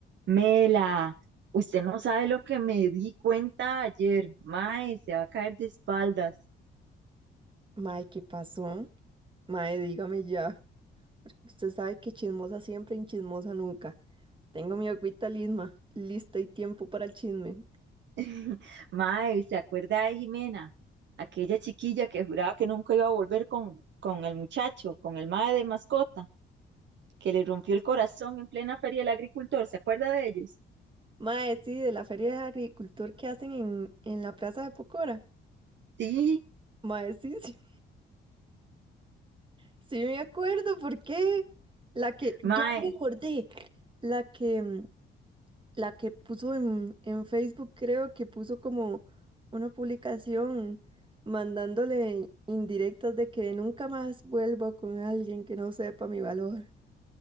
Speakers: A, on the right; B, on the right.
A: Mela, usted no sabe lo que me di cuenta ayer. Mae, se va a caer de espaldas.
B: Mae, ¿qué pasó? Mae, dígame ya. porque Usted sabe que chismosa siempre y chismosa nunca. Tengo mi agüita lisma, lista y tiempo para el chisme.
A: <laughs> Mae, ¿se acuerda de Jimena? Aquella chiquilla que juraba que nunca iba a volver con, con el muchacho, con el mae de mascota, que le rompió el corazón en plena feria del agricultor. ¿Se acuerda de ellos?
B: Mae, sí, de la feria de agricultor que hacen en, en la plaza de Pocora.
A: Sí,
B: Mae, sí, sí, sí me acuerdo, ¿por qué? La que,
A: mae,
B: yo me acordé, la que, mm, la que puso en, en Facebook, creo que puso como una publicación mandándole indirectas de que nunca más vuelvo con alguien que no sepa mi valor.